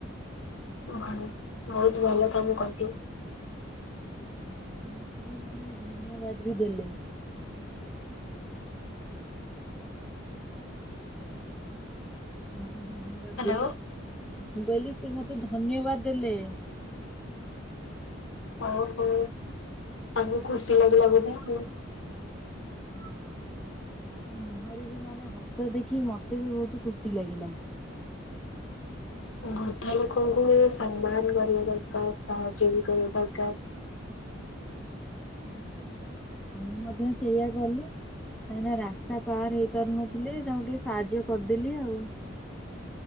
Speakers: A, on the left; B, in the centre.
A: ଭଲ ବହୁତ ଭଲ କାମ କଲୁ।
B: ହଁ ସେ ମତେ ବି ମାନେ ଧନ୍ୟବାଦ ବି ଦେଲେ। ମତେ ଧନ୍ୟବାଦ
A: ହ୍ୟାଲୋ
B: ଦେଲେ ମୁଁ କହିଲି ସେ ମତେ ଧନ୍ୟବାଦ ଦେଲେ।
A: ଓହୋ ତାକୁ ଖୁସି ଲାଗିଲା ବୋଧେ ଆଉ।
B: ହଁ। ତାଙ୍କ ମୁହଁରେ ବି ମାନେ ହସ ଦେଖି ମତେ ବି ବହୁତ ଖୁସି ଲାଗିଲା।
A: ବୃଦ୍ଧା ଲୋକଙ୍କୁ ସମ୍ମାନ କରିବା ଦରକାର ସହଯୋଗ କରିବା ଦରକାର।
B: ମୁଁ ମଧ୍ୟ ସେଇଆ କଲି। ସେମାନେ ରାସ୍ତା ପାହାର ହେଇ ପାରୁନଥିଲେ ତାଙ୍କୁ ଟିକେ ସାହାଯ୍ୟ କରିଦେଲି ଆଉ।